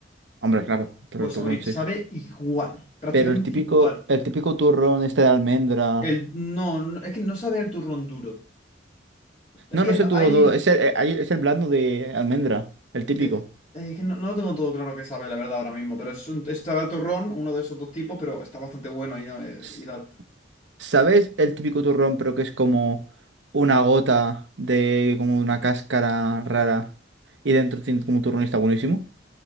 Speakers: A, on the right (about 75°); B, on the left (about 35°).
A: Hombre, claro, pero
B: Pues
A: el turrón
B: sabe,
A: sí.
B: sabe igual. Prácticamente
A: Pero el típico,
B: igual.
A: el típico turrón este de almendra.
B: El... No, no, es que no sabe al turrón duro. Es
A: No,
B: que
A: no es
B: no-
A: el turrón
B: hay.
A: duro, es el, eh, hay- es el blando de almendra, el típico.
B: eh, eh, que no, no lo tengo todo claro que sabe, la verdad, ahora mismo, pero es un es sabe a turrón, uno de esos dos tipos, pero está bastante bueno y, no, eh,
A: S-
B: y tal.
A: ¿Sabes el típico turrón, pero que es como una gota de como una cáscara rara y dentro tiene como turrón y está buenísimo?